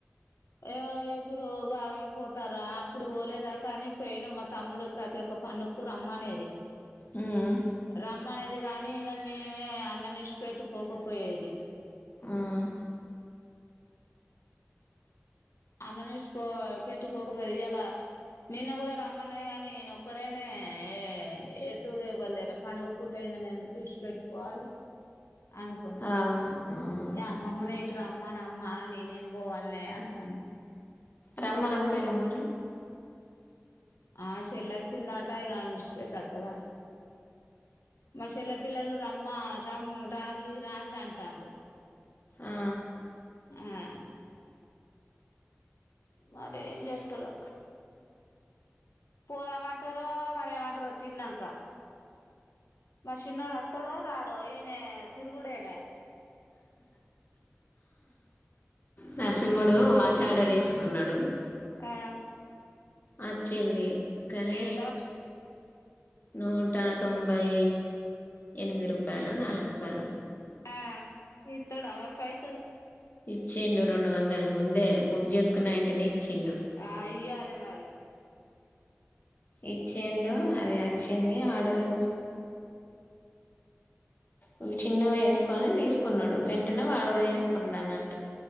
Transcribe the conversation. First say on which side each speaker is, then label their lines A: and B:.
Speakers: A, on the left; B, on the left.
A: అయ్యో ఇప్పుడు బాగానే పోతారు అప్పుడు పోలేదా కానీ పోయినం మా తమ్ముడు ప్రతి ఒక్క పండుకు రమ్మనేది
B: మ్మ్
A: రమ్మనేది గానీ ఇగ మేమే అన్న నిడిషి పెట్టి పోకపోయేది
B: మ్మ్
A: అన్న నిడిషి పో పెట్టి పోకపోయేది ఇయాలా నిన్న గూడా రమ్మన్నది కాని ఈన ఒక్కడేనే ఏ ఎటు ఏవ్వలేరా పండుగ పుట ఈనను ఎందుకు ఇడ్చిపెట్టిపోవాలే అనుకున్నా
B: అవును మ్మ్
A: ఇగ అమ్మమ్మనే ఇటు రమ్మనమ్మా నేనేమ్ పోవాలనే అంటాంది
B: రమ్మనక పోయినవ్ మరి
A: ఆ షెల్ల వచ్చిందట ఇగ ఆన్ని ఇడ్చిపెట్టి వత్తదా మాషెల్లె పిల్లలు రమ్మ రమ్ రాన్లి రాన్లి అంటాంర్రు
B: ఆ
A: ఉమ్ మరేం జేత్తరో పోదామంటరో మరేమంటరో తిన్నంక మా చిన్నోడు అత్తడో రాడో ఈయనే తిరుగుడేనాయ్
B: నరసింహుడు వాచ్ ఆర్డర్ జేసుకున్నడు
A: ఆ
B: అచ్చింది కానీ
A: ఎంత
B: నూట తొంభై ఎనిమిది రూపాయలో నాలుగు రూపాయలో
A: ఆ ఇత్తడా మరి ఫైసల్
B: ఇచ్చిండు రెండు వందలు ముందే బుక్ జేసుకున్న వెంటనే ఇచ్చిండు
A: ఆ ఇయ్యాలే మరి
B: ఇచ్చిండు
A: ఉమ్
B: అది అచ్చింది ఆర్డరు ఇవి చిన్నవి యేసుకొని తీసుకున్నాడు వెంటనే వాడు గూడా జేసుకున్నాడు అన్నట్టు